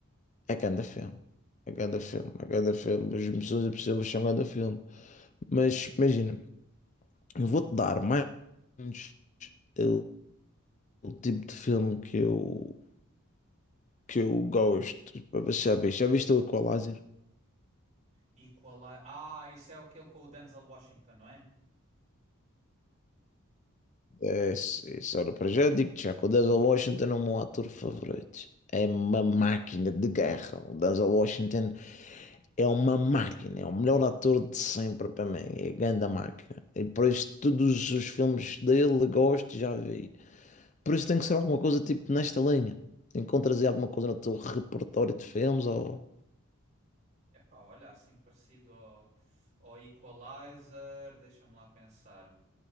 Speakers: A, on the left; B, on the right.
A: é cada filme. É cada filme, é cada filme. As missões impossíveis são cada filme. Mas imagina, eu vou-te dar mais ou menos o, o tipo de filme que eu, que eu gosto. Para ver se Já viste? Já viste o Equalizer?
B: E qual é? Ah, isso é aquele com o Denzel Washington, não é?
A: É, isso isso era para já. Digo-te já que o Denzel Washington é o meu ator favorito. É uma máquina de guerra. O Denzel Washington. é uma máquina, é o melhor ator de sempre para mim, é a grande máquina. E por isso todos os filmes dele gosto, já vi. Por isso tem que ser alguma coisa tipo nesta linha. Encontras aí alguma coisa no teu repertório de filmes ou...
B: Epá, olha, assim parecido ao, ao Equalizer, deixa-me lá pensar.